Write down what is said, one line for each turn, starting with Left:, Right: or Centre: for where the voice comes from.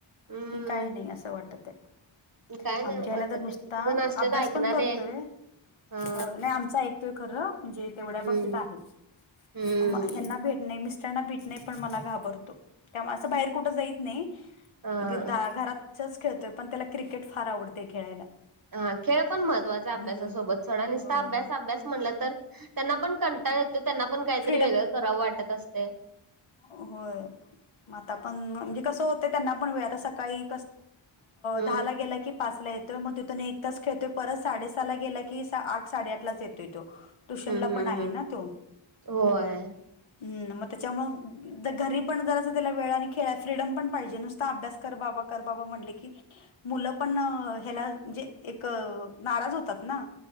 Right: हम्म
Left: की काय नाही असं वाटत आहे
Right: काय
Left: आमच्या
Right: नाही वाटत
Left: ह्याला तर नुसता
Right: एक एक जण असत्यात
Left: अभ्यास
Right: ऐकणारे.
Left: पण करतोय हो
Right: हा
Left: नाही आमचा ऐकतोय खरं म्हणजे तेवढ्या
Right: हम्म
Left: बबतीत आहे
Right: हम्म
Left: ह भेत नाही मिस्टरांना भित नाही पण मला घाबरतो त्यामुळे असं बाहेर कुठं जाईत नाही
Right: हा.
Left: घरात चेस खेळतोय पण त्याला क्रिकेट फार आवडतय खेळायला
Right: हा खेळ पण महत्त्वाचा अभ्यासासोबत
Left: हम्म
Right: सोडा नुसतं
Left: होय
Right: अभ्यास अभ्यास म्हटलं तर त्यांना पण कंटाळ येतो त्यांना पण काहीतरी
Left: फ्रीडम
Right: वेगळं करावं वाटत असतय
Left: होय म आता पण म्हणजे कसं होत त्यांना पण वेळ आता सकाळी
Right: हम्म
Left: दहा गेलं की पाचला ये मग तिथून एक तास खेळतोय परत साडे सहाला गेला की आठ साडेआठ लाच येतोय तो ट्युशन
Right: हम्म
Left: ला
Right: हम्म
Left: पण आहे
Right: हम्म
Left: ना तो
Right: होय
Left: हम्म मग त्यांच्यामुळे घरी पण जरास त्याला वेळ आणि खेळा फ्रीडम पण पाहिजे नुसत अभ्यास कर बाबा कर बा म्हटले की मुलं पण ह्याला म्हणजे एक नाराज होतात ना